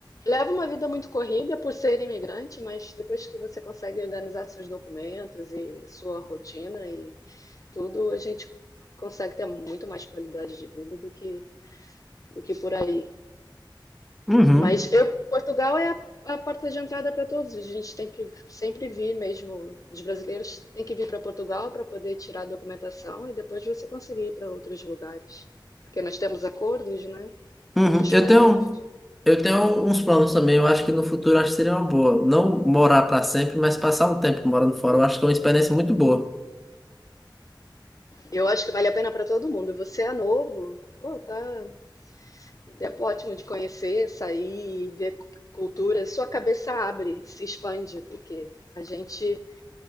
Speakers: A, on the left; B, in the centre.
A: leva uma vida muito corrida por ser imigrante, mas depois que você consegue organizar seus documentos e sua rotina e tudo, a gente consegue ter muito mais qualidade de vida do que do que por aí.
B: Uhum,
A: Mas eu, Portugal é a, a porta de entrada para todos. A gente tem que sempre vir mesmo. Os brasileiros têm que vir para Portugal para poder tirar a documentação e depois você conseguir ir para outros lugares. Porque nós temos acordos, né,
B: uhum.
A: entre os
B: Eu
A: países.
B: tenho. Eu tenho uns planos também, eu acho que no futuro acho que seria uma boa. Não morar para sempre, mas passar um tempo morando fora, eu acho que é uma experiência muito boa.
A: Eu acho que vale a pena para todo mundo. Você é novo, pô, tá um tempo ótimo de conhecer, sair, ver cu- cultura. Sua cabeça abre, se expande, porque a gente